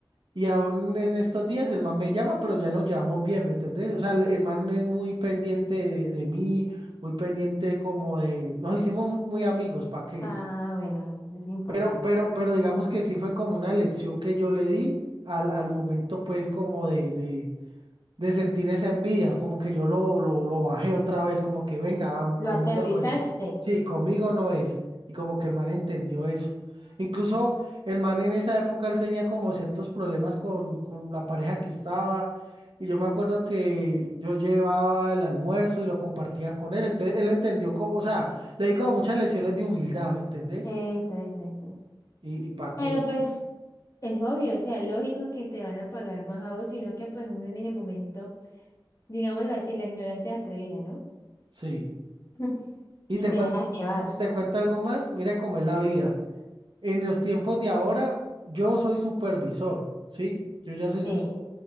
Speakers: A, on the right (about 70°); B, on the left (about 40°).
A: Y aún en estos días el man me llama, pero ya nos llevamos bien, ¿me entendés? O sea, el el man es muy pendiente de, de mí, muy pendiente como de... Nos hicimos muy, muy amigos, ¿para qué?
B: Ah, bueno, es importante.
A: Pero, pero, pero digamos que sí fue como una lección que yo le di al, al momento, pues, como de, de, de sentir esa envidia, como que yo lo, lo, lo bajé otra vez, como que venga, am-
B: Lo
A: conmigo
B: aterrizaste.
A: no es. Sí, conmigo no es. Y como que el man entendió eso. Incluso el man en esa época él tenía como ciertos problemas con, con la pareja que estaba. Y yo me acuerdo que yo llevaba el almuerzo y lo compartía con él. Entonces él entendió como, o sea, le di como muchas lecciones de humildad, ¿me entendés?
B: Eso, eso, eso.
A: Y, y para
B: Pero
A: qué.
B: pues es obvio, o sea, es lógico que te van a pagar más a vos, sino que pues uno en ese momento, digámoslo así, la ignorancia es atrevida, ¿no?
A: Sí.
B: <laughs>
A: Y
B: Y
A: te
B: se
A: cuen-
B: deja llevar.
A: y te cuento algo más, mira cómo es la vida. En los tiempos de ahora, yo soy supervisor, ¿sí? Yo ya soy
B: Sí,
A: un... su-